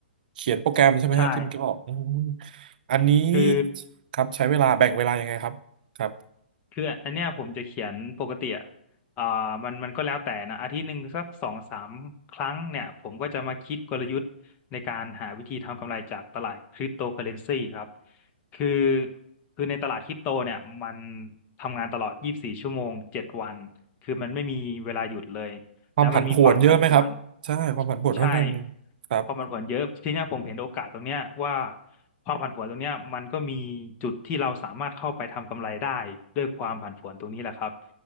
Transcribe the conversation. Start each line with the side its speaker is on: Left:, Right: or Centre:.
Right: เขียนโปรแกรมใช่ไหมฮะที่เมื่อกี้บอกอืม
Left: ใช่
Right: อันนี้
Left: คือ
Right: ครับใช้เวลาแบ่งเวลายังไงครับครับ
Left: คืออันเนี้ยผมจะเขียนปกติอ่ะอ่ามันมันก็แล้วแต่นะอาทิตย์หนึ่งสักสองสามครั้งเนี่ยผมก็จะมาคิดกลยุทธ์ในการหาวิธีทำกำไรจากตลาดคริปโตเคอเรนซีครับคือคือในตลาดคริปโตเนี่ยมันทำงานตลอด24ชั่วโมง7วันคือมันไม่มีเวลาหยุดเลย
Right: ความผันผวนเยอะไหมครับใช่ความผันผวนค่อนข้าง
Left: แล้วมันมีความผันผวน ใช่
Right: ครับ
Left: ความผันผวนเยอะทีเนี้ยผมเห็นโอกาสตรงเนี้ยว่าความผันผวนตรงเนี้ยมันก็มีจุดที่เราสามารถเข้าไปทำกำไรได้ด้วยความผันผวนตรงนี้แหละครับ